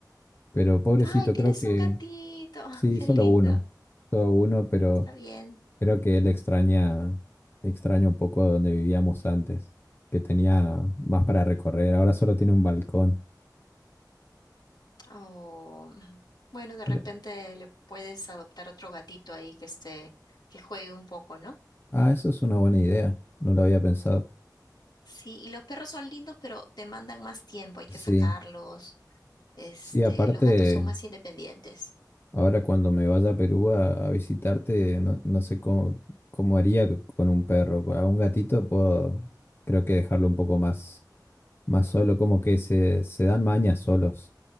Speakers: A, on the left; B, on the left.
A: Pero pobrecito,
B: Ay, tienes
A: creo que
B: un gatito. <laughs>
A: sí,
B: Qué
A: solo
B: lindo.
A: uno. Solo uno, pero
B: Está bien.
A: Creo que él extraña, extraña un poco donde vivíamos antes, que tenía más para recorrer. Ahora solo tiene un balcón.
B: O bueno, de repente
A: Re-
B: le puedes adoptar otro gatito ahí que esté, que juegue un poco, ¿no?
A: Ah, eso es una buena idea. No lo había pensado.
B: Sí, y los perros son lindos, pero demandan más tiempo, hay que
A: Sí,
B: sacarlos. Este,
A: sí, aparte,
B: los gatos son más independientes.
A: ahora cuando me vaya a Perú a, a visitarte, no, no sé cómo, cómo haría con un perro. A un gatito puedo, creo que dejarlo un poco más, más solo, como que se, se dan mañas solos.